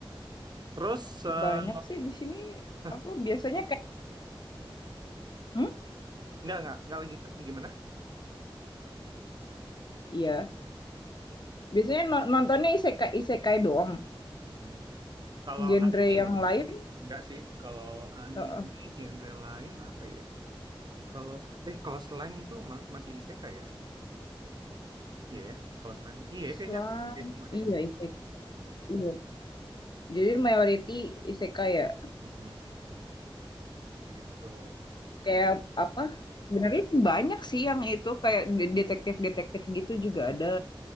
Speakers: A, on the right; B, on the left.
A: Terus, eh,
B: banyak sih di sini,
A: <laughs>
B: apa, biasanya kayak mhm?
A: nggak, nggak, nggak lanjutin, gimana?
B: Iya. Biasanya no nontonnya isekai isekai doang,
A: Mm-mm. Kalau
B: genre
A: anime,
B: yang lain
A: nggak sih. Kalau anime
B: heeh,
A: genre lain apa ya? Kalau, eh, kalau slime itu ma- masih isekai ya? Iya, ya. kalau selain iya
B: slime
A: kayaknya aku suka semua deh.
B: iya isekai iya. Jadi mayoriti isekai ya,
A: Mm-mm, mm-mm. Gitu.
B: kayak apa, sebenarnya sih banyak sih yang itu kayak detektif-detektif gitu juga ada,